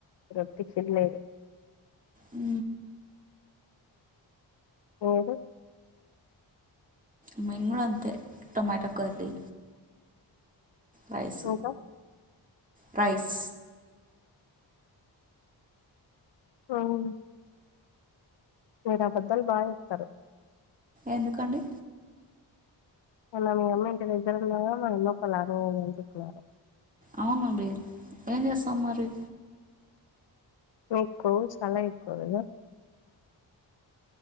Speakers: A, on the left (about 65°); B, on the right (about 15°).
A: ఈరొ టిఫిన్ లేదు
B: ఊ
A: మీరు
B: మేం గూడ అంతే టొమాటో కర్రీ రైస్
A: ఇంకా
B: ప్రైస్
A: అవును మీరాబద్దల్ బా చెప్తారు
B: ఎందుకండి
A: మొన్న మీ అమ్మంట ఇద్దరునారు మా అమ్మ పలర్వ పోయిందని చేపినారు
B: అవునండి ఏం చేస్తాం మరి
A: మీక్ కొవ్వు చాలా ఎకువ కదా